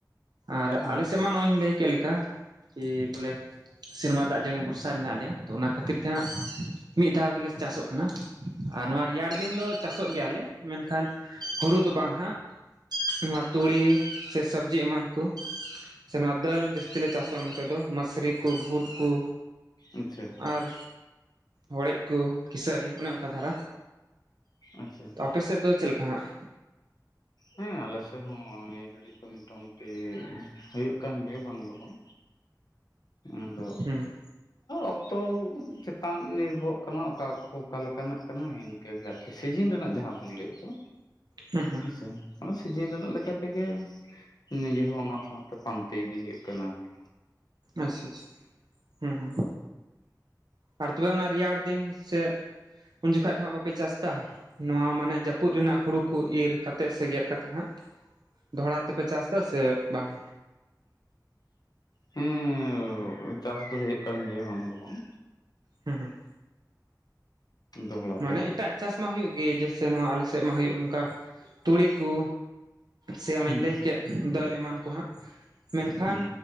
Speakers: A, on the right; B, on the left.
A: ᱟᱨ
B: ᱦᱩᱸ
A: ᱟᱞᱮ ᱥᱮ ᱛᱮᱢᱟ ᱱᱚᱜ-ᱚᱭ ᱤᱧ ᱞᱟᱹᱭ ᱠᱮᱫ ᱞᱮᱠᱟ ᱠᱤ ᱵᱚᱞᱮ ᱥᱮᱨᱢᱟ ᱫᱟᱜ ᱡᱟᱹᱲᱤ ᱵᱷᱚᱨᱥᱟ ᱢᱮᱱᱟᱜ ᱞᱮᱭᱟ ᱛᱚ ᱚᱱᱟ ᱠᱷᱟᱹᱛᱤᱨ ᱛᱮᱦᱟᱸᱜ ᱢᱤᱫ ᱫᱷᱟᱣ ᱜᱮᱞᱮ ᱪᱟᱥᱚᱜ ᱠᱟᱱᱟ ᱟᱨ ᱱᱚᱣᱟ ᱨᱮᱭᱟᱲ ᱫᱤᱱ ᱫᱚ ᱪᱟᱥᱚᱜ ᱜᱮᱭᱟᱞᱮ ᱢᱮᱱᱠᱷᱟᱱ ᱦᱩᱲᱩ ᱫᱚ ᱵᱟᱝ ᱦᱟᱸᱜ, ᱱᱚᱣᱟ ᱛᱩᱲᱤ ᱥᱮ ᱥᱚᱵᱽᱡᱤ ᱮᱢᱟᱱ ᱠᱚ, ᱥᱮ ᱱᱚᱣᱟ ᱫᱟᱹᱞ ᱡᱟᱹᱥᱛᱤ ᱞᱮ ᱪᱟᱥᱚᱜ-ᱟ ᱱᱚᱛᱮ ᱫᱚ ᱢᱟᱹᱥᱨᱤ ᱠᱩ, ᱵᱷᱩᱴ ᱠᱩ,
B: ᱟᱪᱪᱷᱟ
A: ᱟᱨ ᱦᱚᱲᱮᱡ ᱠᱚ ᱠᱤᱥᱟᱹᱨᱤ ᱚᱱᱮ ᱚᱱᱠᱟ ᱫᱷᱟᱨᱟ
B: ᱟᱪᱪᱷᱟ
A: ᱟᱯᱮᱥᱮᱫ ᱫᱚ ᱪᱮᱫ ᱞᱮᱠᱟ ᱦᱟᱸᱜ?
B: ᱦᱮᱸ ᱟᱞᱮ ᱥᱮᱫ ᱦᱚᱸ ᱱᱤᱭᱟᱹ ᱜᱷᱟᱹᱲᱤᱡ ᱫᱚ ᱢᱚᱴᱟᱢᱩᱴᱤ ᱦᱩᱭᱩᱜ ᱠᱟᱱ ᱜᱮᱭᱟ ᱵᱟᱝ ᱫᱚ ᱵᱟᱝ ᱟᱫᱚ
A: ᱦᱩᱸ
B: ᱚᱠᱛᱚ ᱪᱮᱛᱟᱱ ᱱᱤᱨᱵᱷᱚᱨᱚᱜ ᱠᱟᱱᱟ ᱚᱠᱟ ᱚᱠᱛᱚ ᱚᱠᱟ ᱞᱮᱠᱟᱱᱟᱜ ᱠᱟᱱᱟ ᱤᱱᱠᱟᱹᱜᱮ ᱟᱨᱠᱤ ᱥᱤᱡᱤᱱ ᱨᱮᱱᱟᱜ ᱡᱟᱦᱟᱸ ᱵᱚᱱ ᱞᱟᱹᱭᱮᱫ ᱫᱚ
A: ᱦᱩᱸ ᱦᱩᱸ
B: ᱦᱮᱸᱥᱮ᱾ ᱚᱱᱟ ᱥᱤᱡᱤᱱ ᱨᱮᱱᱟᱜ ᱞᱮᱠᱟᱛᱮᱜᱮ ᱱᱤᱡᱮ ᱦᱚᱸ ᱚᱱᱟ ᱥᱟᱶᱛᱮ ᱯᱟᱱᱛᱮ ᱤᱫᱤ ᱦᱩᱭᱩᱜ ᱠᱟᱱᱟ ᱟᱨᱠᱤ᱾
A: ᱟᱪᱪᱷᱟ ᱟᱪᱪᱷᱟ ᱦᱩᱸ ᱦᱩᱸ ᱟᱨ ᱛᱚᱵᱮ ᱚᱱᱟ ᱨᱮᱭᱟᱲ ᱫᱤᱱ ᱥᱮ ᱩᱱ ᱡᱩᱠᱷᱟ ᱫᱚ ᱦᱟᱸᱜ ᱵᱟᱯᱮ ᱪᱟᱥ ᱫᱟ? ᱱᱚᱣᱟ ᱢᱟᱱᱮ ᱡᱟᱹᱯᱩᱫ ᱨᱮᱱᱟᱜ ᱦᱩᱲᱩ ᱠᱚ ᱤᱨ ᱠᱟᱛᱮᱜ ᱥᱮ ᱜᱮᱫ ᱠᱟᱛᱜ ᱦᱟᱸᱜ ᱫᱚᱦᱲᱟ ᱛᱮᱯᱮ ᱪᱟᱥ ᱫᱟ ᱥᱮ ᱵᱟᱝ?
B: ᱦᱮᱸ ᱪᱟᱥ ᱫᱚ ᱦᱩᱭᱩᱜ ᱠᱟᱱ ᱜᱮᱭᱟ ᱵᱟᱝ ᱫᱚ ᱵᱟᱝ
A: ᱦᱮᱸ ᱦᱩᱸ
B: ᱫᱚᱦᱲᱟ
A: ᱢᱟᱱᱮ
B: ᱛᱮ
A: ᱮᱴᱟᱜ ᱪᱟᱥ ᱢᱟ ᱦᱩᱭᱩᱜ ᱜᱮ ᱡᱮᱥᱮ ᱱᱚᱣᱟ ᱟᱞᱮ ᱥᱮᱫ ᱢᱟ ᱦᱩᱭᱩᱜ ᱱᱚᱝᱠᱟ ᱛᱩᱲᱤ ᱠᱩ, ᱥᱮ ᱚᱱᱮᱧ
B: ᱦᱩᱸ
A: ᱞᱟᱹᱭ ᱠᱮᱫ ᱫᱟᱹᱞ ᱮᱢᱟᱱ ᱠᱚ ᱦᱟᱸᱜ ᱢᱮᱱᱠᱷᱟᱱ
B: ᱦᱩᱸ